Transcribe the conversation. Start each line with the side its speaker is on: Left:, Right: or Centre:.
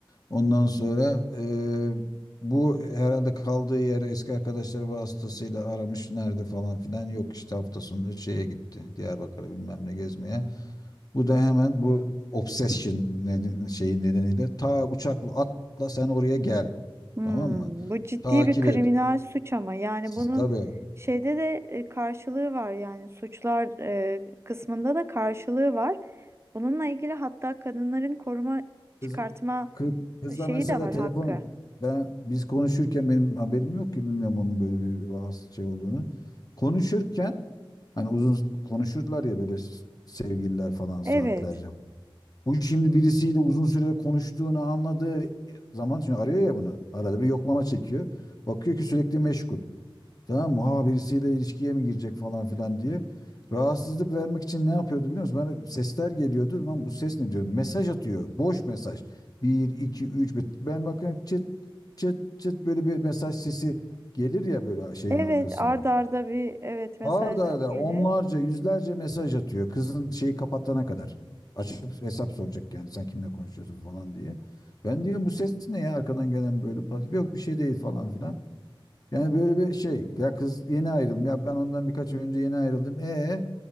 Left: Ondan sonra eee, bu herhalde kaldığı yeri eski arkadaşları vasıtasıyla aramış. Nerede falan filan. Yok işte hafta sonu şeye gitti. Diyarbakır'a bilmem ne gezmeye. Bu da hemen bu obsession neden, şeyi nedeniyle ta uçakla atla sen oraya gel.
Right: Hmm,
Left: Tamam mı?
Right: bu ciddi
Left: Takip
Right: bir kriminal
Left: et.
Right: suç ama yani
Left: Siz-
Right: bunu
Left: Tabii.
Right: şeyde de e, karşılığı var yani suçlar e, kısmında da karşılığı var. Bununla ilgili hatta kadınların koruma çıkartma
Left: Kız, kız, kızla
Right: şeyi
Left: mesela
Right: de var
Left: telefon
Right: hakkı.
Left: ben biz konuşurken benim haberim yok ki bilmiyorum onun böyle bir vas- şey olduğunu. Konuşurken Hani uzun konuşurlar ya böyle s- sevgililer falan saatlerce.
Right: Evet.
Left: Bu şimdi birisiyle uzun süre konuştuğunu anladığı zaman şimdi arıyor ya bunu. Arada bir yoklama çekiyor. Bakıyor ki sürekli meşgul. Tamam mı? Ha birisiyle ilişkiye mi girecek falan filan diye. Rahatsızlık vermek için ne yapıyordu biliyor musun? Bana sesler geliyordu. Lan bu ses ne diyor? Mesaj atıyor. Boş mesaj. 1, 2, 3. Ben bakıyorum çıt çıt çıt böyle bir mesaj sesi gelir ya böyle şeyin
Right: Evet,
Left: arkasında.
Right: arda arda bir evet mesajlar
Left: Arda arda
Right: gelir.
Left: onlarca yüzlerce mesaj atıyor. Kızın şeyi kapatana kadar. Açıp hesap soracak yani sen kimle konuşuyorsun falan diye. Ben diyorum bu ses ne ya arkadan gelen böyle pat. Yok bir şey değil falan filan. Yani böyle bir şey. Ya kız yeni ayrıldım. Ya ben ondan birkaç ay önce yeni ayrıldım. E